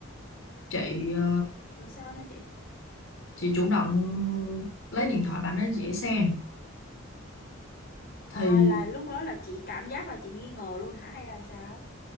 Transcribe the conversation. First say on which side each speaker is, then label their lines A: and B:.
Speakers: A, on the left; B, on the left.
A: chị ờ,
B: rồi sao nữa chị
A: chị chủ động lấy điện thoại bạn ấy chị xem.
B: à
A: thì
B: là lúc đó là chị cảm giác là chị nghi ngờ luôn hả hay là sao